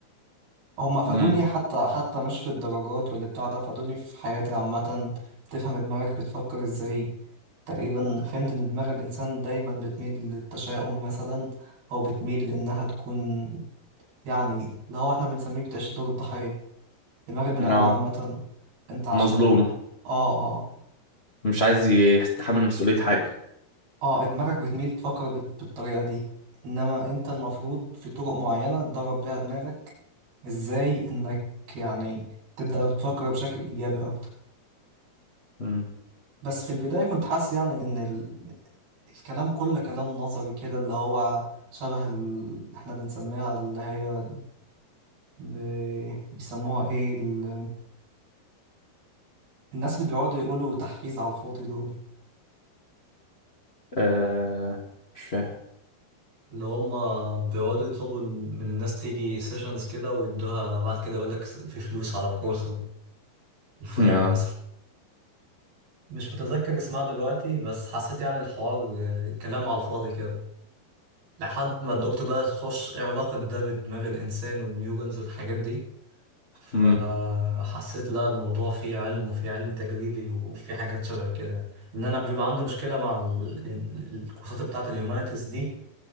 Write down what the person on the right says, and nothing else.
هما فادوني
حتى حتى مش في الدرجات واللي بتاع ده فادوني في حياتي عامة تفهم دماغك بتفكر ازاي تقريبا فهمت ان دماغ الإنسان دايما بتميل للتشاؤم مثلا أو بتميل إنها تكون يعني اللي هو احنا بنسميه بتعيش دور الضحية دماغ البني
آدم عامة انت عشان
اه اه
اه دماغك بتميل تفكر بت- بالطريقة دي انما انت المفروض في طرق معينة تدرب بيها دماغك ازاي انك يعني تبدأ تفكر بشكل ايجابي اكتر
بس في البداية كنت حاسس يعني ان ال... الكلام كله كلام نظري كده اللي هو شبه ال... احنا بنسميها اللي هي ب... بيسموها ايه ال... الناس اللي بيقعدوا يقولوا تحفيز على الفاضي دول
اللي هما بيقعدوا يطلبوا من الناس تيجي سيشنز كده ويدوها بعد كده يقولك في فلوس على الكورس الفلاني
مثلا مش متذكر اسمها دلوقتي بس حسيت يعني الحوار آه، كلام على الفاضي كده لحد ما الدكتور بقى تخش ايه علاقة ده بدماغ الإنسان والنيورونز والحاجات دي فحسيت
لا الموضوع فيه علم وفيه علم تجريبي وفيه حاجات شبه كده يعني. لأن أنا بيبقى عندي مشكلة مع ال- الكورسات بتاعة الهيومانيتيز دي